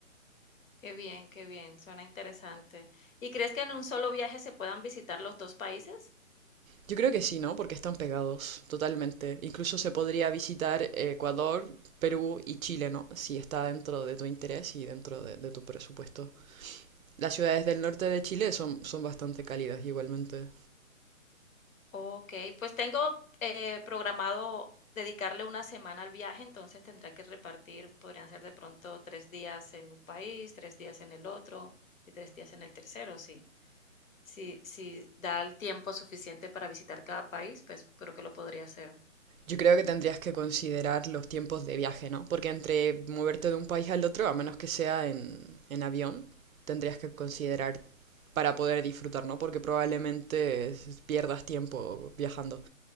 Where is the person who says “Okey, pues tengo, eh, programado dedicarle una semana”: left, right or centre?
Left